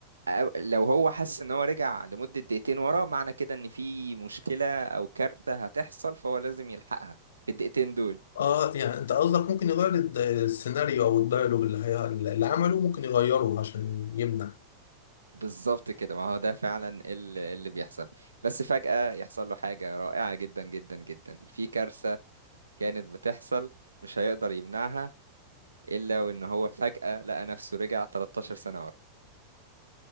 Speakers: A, on the right (about 75°); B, on the left (about 60°).
A: أو- لو هو حس ان هو رجع لمدة دقيقتين ورا معنى كده ان في مشكلة او كارثة هتحصل فهو لازم يلحقها في الدقيقتين دول
B: اه يعني انت قصدك ممكن يغير الد- السيناريو او الدايلوج اللي هي اللي عمله ممكن يغيره عشان يمنع
A: بالظبط كده ما هو ده فعلا ال- اللي بيحصل بس فجأة يحصل له حاجة رائعة جدا جدا جدا في كارثة كانت بتحصل مش هيقدر يمنعها الا وان هو فجأة لقى نفسه رجع 13 سنة ورا